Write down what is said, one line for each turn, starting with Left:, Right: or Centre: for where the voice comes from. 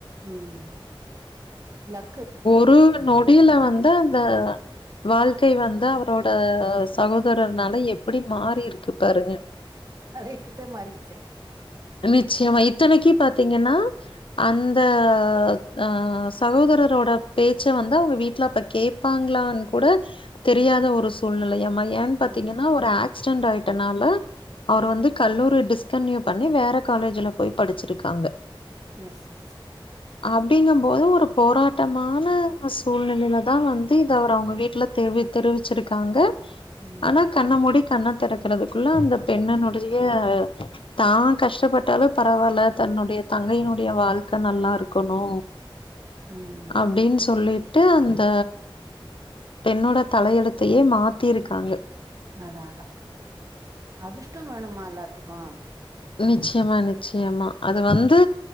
Right: உம் லக்கு
Left: உம் நொடியில வந்து அந்த வாழ்க்கை வந்து அவரோட சகோதரர்னால எப்பிடி மாறி இருக்கு பாருங்க
Right: தலை எழுத்தே மாரிட்ச்சே
Left: நிச்சயமா இத்தனைக்கி பாத்தீங்கென்னா அந்த ஆ சகோதரரோட பேச்ச வந்து அவுங்க வீட்ல அப்ப கேப் பாங்களான் கூட தெரியாத ஒரு சூழ்நிலையாமா ஏன் பாத்தீங்கன்னா
Right: ம்
Left: ஒரு ஆக்ஸ்டெண்ட் ஆயிட்டனால அவர்
Right: ம்
Left: வந்து கல்லூரி டிஸ் கண்ட்டின்யூ பண்ணி வேற காலேஜ்ல போய் படிச்சிருக்காங்க
Right: பிளாக் சென்ஸ்
Left: அப்டிங்கும் போது ஒரு போராட்டமான சூழ்நிலைல தா வந்து இது அவர் அவுங்க வீட்டுல தெவி தெரிவிச்சி இருக்காங்க
Right: ம்
Left: ஆனா கண்ண மூடி கண்ண திறக்கறதுக்குள்ள அந்த பொண்ணனோடய தா கஷ்டப்பட்டாலு பரவா இல்ல தன்னோடய தங்கையினோட வாழ்க்க நல்லா இருக்கணு
Right: <inaudible> ம்
Left: அப்டின்னு சொல்லிட் ட்டு அந்த பெண்ணோட தலையெழுத்தையே மாத்திருக்காங்கு
Right: அதா அதா அதிஷ்டம் வேணுமா எல்லாத்துக்கு
Left: நிச்சயமா நிச்சயமா அது வந்து